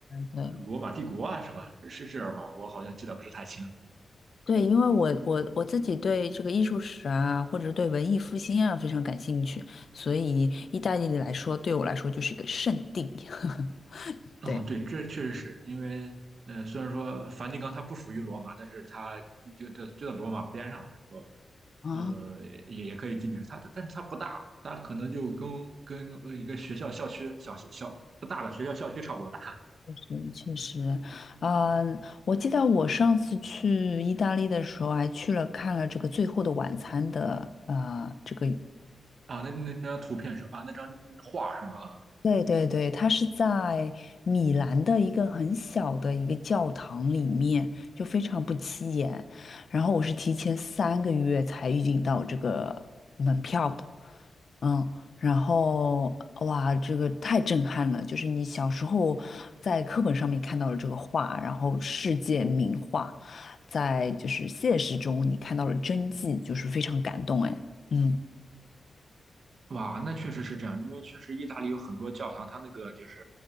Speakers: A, on the left (about 55°); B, on the right (about 60°).
A: 对。
B: 罗马帝国啊，什么是是这样吗？我好像记得不是太清。
A: 对，因为我我我自己对这个艺术史啊，或者是对文艺复兴啊非常感兴趣，所以意大利来说，对我来说就是一个圣地。<laughs>
B: 哦，
A: 对。
B: 对，这确实是因为呃，虽然说梵蒂冈它不属于罗马，但是它就就就在罗马边上，然后
A: 啊，
B: 呃也也可以进去。它但是它不大，它可能就跟跟呃一个学校校区小小不大的学校校区差不多大。
A: 是确实，嗯，我记得我上次去意大利的时候，还去了看了这个《最后的晚餐》的，呃，这个
B: 啊，那那那张图片是啊，那张画是吗？啊
A: 对对对，它是在米兰的一个很小的一个教堂里面，就非常不起眼。然后我是提前三个月才预订到这个门票的，嗯，然后哇，这个太震撼了！就是你小时候在课本上面看到了这个画，然后世界名画，在就是现实中你看到了真迹，就是非常感动哎，嗯，
B: 哇，那确实是这样，因为确实意大利有很多教堂，它那个就是